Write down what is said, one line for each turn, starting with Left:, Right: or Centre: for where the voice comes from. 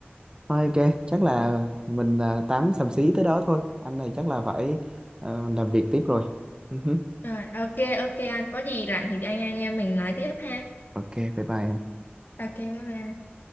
Right: Thôi ok, chắc là mình à, tám xàm xí tới đó thôi. Anh này chắc là phải ờ, làm việc tiếp rồi. Ừ hứ.
Left: rồi ok ok anh có gì rảnh thì anh anh em mình nói tiếp ha
Right: Ok, bye bye em.
Left: ok bye bye